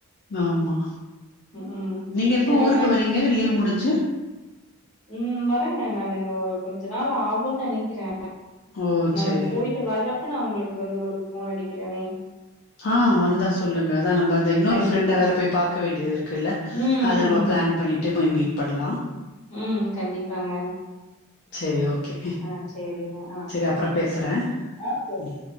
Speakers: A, on the left; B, on the left.
A: ஆமா
B: ம் ம்
A: நீங்க எப்போ
B: செரி நா
A: ஊருக்கு
B: கண்
A: வரீங்க லீவ் முடிஞ்சு
B: ம் வரேங்க நா என்ன கொஞ்ச நாள் ஆகும்ன்னு நினைக்கிறே
A: ஓ செரி
B: ந போயிட் டு வர்றப்ப நா உங்களுக்கு வந்து ஒரு ஃபோன் அடிக்கிறேனே
A: ஆ வந்தா சொல்லுங்க அதா நம்ம அந்த இன்னொரு
B: கண்டிப்பாங்க
A: ஃப்ரெண்ட வேற போய் பாக்க வேண்டியது இருக்குல்ல
B: ம்
A: அத நம்ம
B: ம்
A: பிளான் பண்ணிட்டு போய் மீட் பண்ணலா
B: ம் கண்டிப்பாங்க
A: சேரி ஓகே
B: ஆ சேரிங்க ஆ
A: சேரி அப்புறோ பேசறே
B: ஆ சேரி
A: ம்